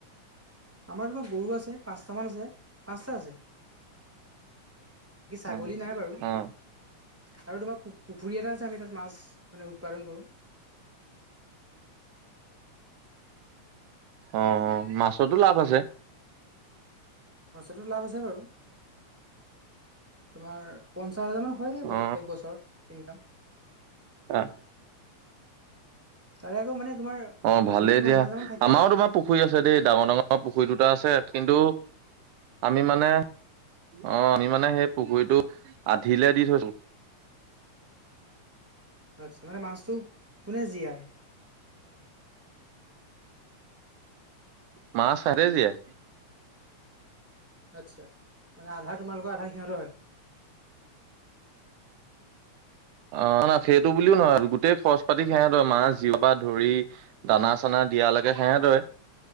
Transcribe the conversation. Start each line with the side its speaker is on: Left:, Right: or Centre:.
Centre: আমাৰ তোমাৰ গৰু আছে। পাঁচটা মান আছে, পাঁচটা আছে। কি ছাগলী
Right: অ অ
Centre: নাই বাৰু। আৰু তোমাৰ পু পুখুৰী এটা আছে। আমি তাত মাছ মানে উৎপাদন কৰোঁ।
Right: অ, অ মাছতো লাভ আছে।
Centre: বস্তুটো লাভ আছে বাৰু। তোমাৰ পঞ্চাছ হাজাৰ মান হয়গে
Right: অ
Centre: এক বছৰত ইনকাম।
Right: অ।
Centre: তাৰে আকৌ মানে তোমাৰ-
Right: অ'
Centre: প্ৰফিটটো
Right: ভালেই
Centre: পঞ্চাছ
Right: দিয়া,
Centre: হাজাৰ মান থাকে
Right: আমাৰো
Centre: আৰু
Right: তোমাৰ- পুখুৰী আছে দেই ডাঙৰ ডাঙৰ পুখুৰী দুটা আছে, কিন্তু আমি মানে- অ আমি মানে সেই পুখুৰীটো আধিলে দি থৈছো।
Centre: আছ মানে মাছটো কোনে জীয়াই?
Right: মাছ সেতে জীয়াই?
Centre: আচ্ছা, মানে আধা তোমালোকৰ আধা সিহঁতৰ হয়। <inaudible>
Right: অ না সেইটো বুলিও নহয় গোটেই খৰচ পাতি খাই সিহঁতৰ মাছ জিৰপা ধৰি। দানা চানা দিয়ালৈকে হেহে দয়।